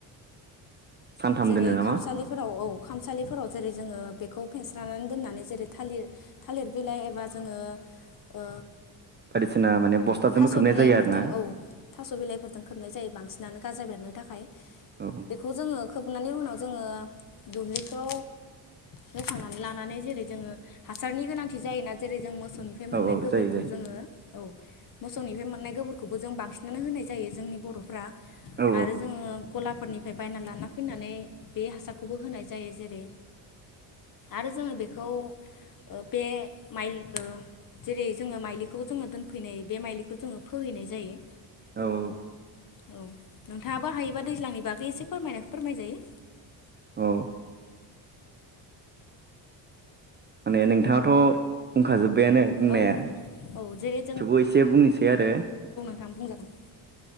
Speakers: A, on the right (about 25°); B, on the left (about 45°).
A: सानथाम
B: जेरै
A: दोनो नामा
B: खामसालिफोराव औ खामसालिफोराव जेरै जोङो बेखौ फेेनस्रानानै दोननानै जेरै थालिर थालिर बिलाइ एबा जोङो ओ
A: बायदिसिना माने बस्थाजोंबो
B: थास'
A: खोबनाय
B: बिलाइफोरजों
A: जायो आरो ना
B: औ थास' बिलाइफोरजों खोबनाय जायो बां सिनानो गाजा बेरनो थाखाय
A: औ
B: बेखौ जोङो खोबनायनि उनाव जोङो दुब्लिखौ बोखांनानै लानानै जेरै जोङो हासारनि गोनांथि जायोना जेरै जों मो सौनिफ्राय मोननाय
A: औ औ
B: गोबोरखौ
A: जायो जायो
B: जोङो औ मोसौनिफ्राय मोननाय गोबोरखौबो जों बांसिनानो होनाय जायो जोंनि बर'फ्रा
A: औ
B: आरो जोङो गलाफोरनि फ्राय बायना लाना फैनानै बे हासारखौबो होनाय जायो जेरै आरो जोङो बेखौ ओ बे मायलि ओ जेरै जोङो माइलिखौ जोङो दोनफैनाय बे माइलिखौ जोङो फोहैनाय जायो
A: औ औ
B: औ नोंथाङाबो हायोबा दैज्लांनि बाग गै एसे फोरमायना फोरमायजायो
A: औ माने नोंथाङाथ बुंखाजोब बायानो बुंनाया
B: औ औ जेरै
A: थेवबो एसे बुंनिसै आरो
B: थां बुंजागोन